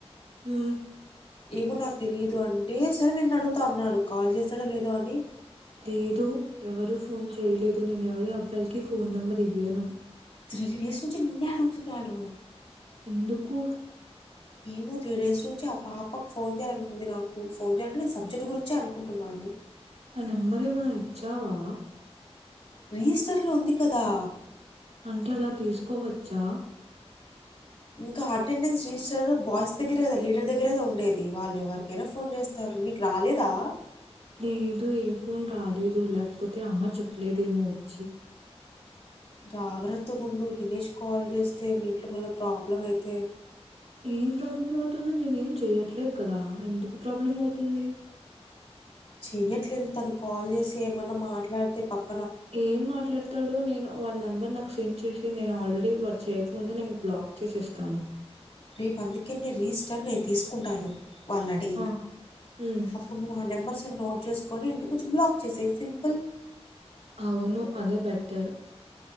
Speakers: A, on the right; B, on the left.
A: మ్మ్
B: ఏమో నాకు తెలిదు అంటే సరే నిన్ను అడుగుతా అన్నాడు కాల్ చేసడో లేదో అని
A: లేదు ఎవరు ఫోన్ చేయలేదు నేను ఎవరి అబ్బాయిలకి ఫోన్ నెంబర్ ఇయ్యాను
B: త్రీ డేస్ నుంచి నిన్నే అడుగుతున్నాడు
A: ఎందుకు
B: ఏమో త్రీ డేస్ నుంచి ఆ పాపకు ఫోన్ చేయాలని ఉంది నాకు ఫోన్ చేయాలంటే నీ సబ్జెక్ట్ గురించే అనుకుం టున్నాను
A: నా నెంబర్ ఏమన్నా ఇచ్చావా
B: రిస్టర్ లో ఉంది కదా
A: అంటే అలా తీసుకోవచ్చా
B: ఇంకా అటెండెన్స్ రిజిస్టర్ బాయ్స్ దగ్గరె గద లీడర్ దగ్గర కద ఉండే వాళ్ళు ఎవరీకైనా ఫోన్ చేస్త తారు నీకు రాలేదా
A: లేదు ఏ ఫోన్ రాలేదు లేకపోతే అమ్మ చెప్పలేదేమో వచ్చి
B: జాగ్రత్తగా ఉండు దినేష్ కాల్ చేస్తే మీ ఇంట్లో మళ్ళా ప్రాబ్లం అయితే
A: ఏం ప్రాబ్లం అవుతుంది నేను ఏం చెయట్లేదు కదా ఎందుకు ప్రాబ్లం అవుతుంది
B: చెయ్యట్లేదు తను కాల్ చేసి ఏమన్నా మాట్లాడితే పక్క
A: ఏం మాట్లాడతాడు నేను వాడి నెంబర్ నాకు సెండ్ చేసి నేను ఆల్రెడీ వాడు చేయకముందే నేను బ్లాక్ చేసేస్తాను
B: రేపు అందుకే నేను రీస్టర్ నేను తీసుకుంటాను వాళ్ళని అడిగి
A: ఆ ఉమ్,
B: ఇప్పు నువ్వు ఆ నెంబర్స్ ని నోట్ చేసుకొని ఇంటికి వచ్చి బ్లాక్ చేసాయి సింపుల్
A: అవును అదే బెటర్